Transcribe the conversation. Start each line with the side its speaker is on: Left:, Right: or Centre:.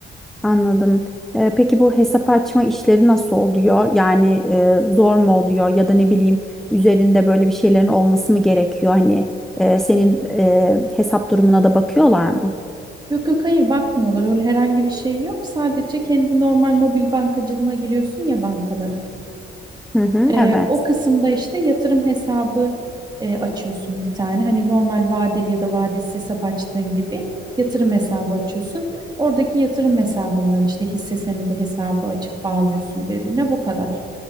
Centre: Anladım. Ee, peki bu hesap açma işleri nasıl oluyor? Yani e, zor mu oluyor ya da ne bileyim üzerinde böyle bir şeylerin olması mı gerekiyor? Hani e, senin e, hesap durumuna da bakıyorlar mı?
Right: Yok yok hayır bakmıyorlar öyle herhangi bir şey yok. Sadece kendi normal mobil bankacılığına giriyorsun ya bankaların.
Centre: Hı hı,
Right: Ee,
Centre: evet.
Right: o kısımda işte yatırım hesabı e, açıyorsun bir tane. Hani normal vadeli ya da vadesiz hesap açtığın gibi yatırım hesabı açıyorsun. Oradaki yatırım hesabından işte hisse senedi hesabı açıp bağlıyorsun birbirine bu kadar.